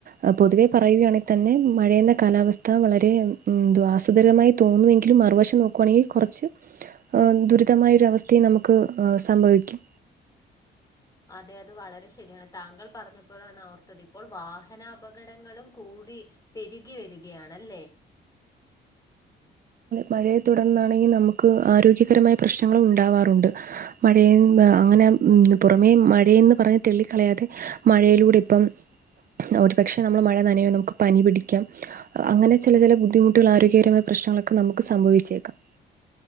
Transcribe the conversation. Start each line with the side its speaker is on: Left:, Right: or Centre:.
Right: ആഹ് പൊതുവേ പറയുകയാണെ തന്നെ മഴയെന്ന കാലാവസ്ഥ വളരെ മ്മ് എന്തുവാ ആസ്വദരമായി തോന്നുമെങ്കിലും മറുവശം നോക്കുവാണെങ്കി കൊറച്ച് ആഹ് ദുരിതമായ ഒരു അവസ്ഥയെ നമുക്ക് ആഹ് സംഭവിക്കും
Left: അതെ അത് വളരെ ശരിയാണ് താങ്കൾ പറഞ്ഞപ്പഴാണ് ഓർത്തത് ഇപ്പോൾ വാഹനാപകടങ്ങളും കൂടി പെരികി വരികയാണല്ലേ?
Right: മഴയെ തുടർന്നാണെങ്കി നമുക്ക് ആരോഗ്യകരമായ പ്രശ്നങ്ങളും ഉണ്ടാവാറുണ്ട് മഴയും ആഹ് അങ്ങന മ്മ് പുറമേ മഴയെന്ന് പറഞ്ഞ് തെള്ളിക്കളയാതെ മഴയിലൂടിപ്പം ഒരു പക്ഷെ നമ്മള് മഴ നനയും നമുക്ക് പനി പിടിക്കാം അങ്ങനെ ചെല ചെല ബുദ്ധിമു ട്ടുള്ള ആരോഗ്യകരമായ പ്രശ്നങ്ങളക്ക നമുക്ക് സംഭവിച്ചേക്കാം